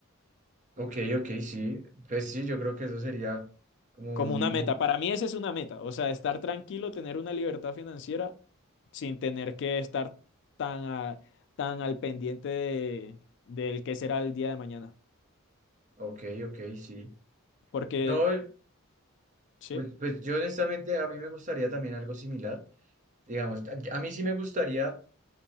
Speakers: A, on the right; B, on the left.
A: Ok, ok, sí. Pues sí, yo creo que eso sería como
B: Como
A: un...
B: una meta. Para mí esa es una meta. O sea, estar tranquilo, tener una libertad financiera sin tener que estar tan, a- tan al pendiente de, del qué será el día de mañana.
A: Ok, ok, sí.
B: Porque,
A: No,
B: sí,
A: pues, pues yo honestamente a mí me gustaría también algo similar. Digamos, a a mí sí me gustaría